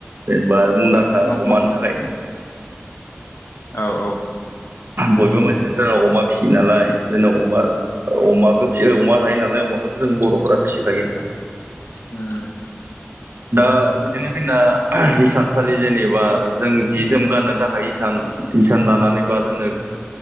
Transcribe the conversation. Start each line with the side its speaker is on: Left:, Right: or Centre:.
Right: जेनेबा मुंदांखा
Left: नंगौ औ
Right: अमानि थाखायनो
Left: औ औ।
Right: बयबो मोनसेयानो जोंना अमा फिसियो नालाय जोंनाव अमा अमाखौ फियो अमा जायो नालाय अमाखौथ जों बर'फोरा फिसिखायो नोंथां।
Left: उम
Right: दा बिदिनो जोंना हिसानसालि जेनेबा जों जि जोम गाननो थाखाय इसान दानानै बा जोंनो